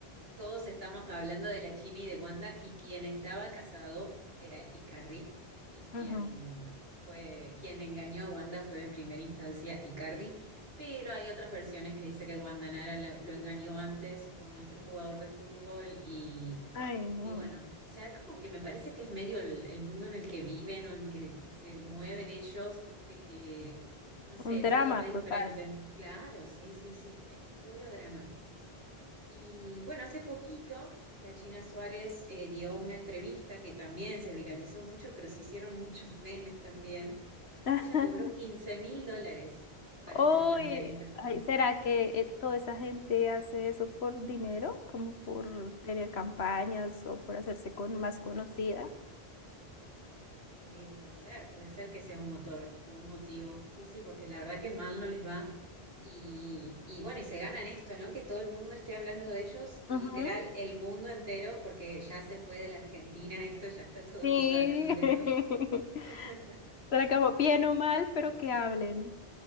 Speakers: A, on the right (about 65°); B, on the left (about 75°).
A: todos estamos hablando de la China y de Wanda, y quien estaba casado era Icardi, y quien
B: Ujú.
A: fue, quien engañó a Wanda fue en primera instancia Icardi, pero hay otras versiones que dice que Wanda Nara la- lo engañó antes con otro jugador de fútbol y
B: Ay, no,
A: Y bueno, o sea, como que me parece que es medio el, el mundo en el que viven o en que, que se mueven ellos, viste que, no sé,
B: un
A: es
B: drama
A: algo re
B: total.
A: diferente. Claro, sí, sí, sí, es puro drama. Y bueno, hace poquito la China Suárez eh, dio una entrevista que también se viralizó mucho, pero se hicieron muchos memes también.
B: <laughs>
A: Ella cobró quince mil dólares para
B: Oye,
A: hacer esa entrevista.
B: ay, ¿será que eh, toda esa gente hace eso por dinero? Como por tener campañas o por hacerse con más conocida.
A: Sí, puede ser, puede ser que sea un motor o un motivo. Sí, sí, porque la verdad que mal no les va. Y, y bueno, y se ganan esto, ¿no? Que todo el mundo esté hablando de ellos, literal,
B: Ujú,
A: el mundo entero, porque ya se fue de la Argentina <laughs> esto, ya está todo el
B: Sí.
A: mundo hablando de esto.
B: <laughs>
A: <laughs>
B: Será como bien o mal, pero que hablen.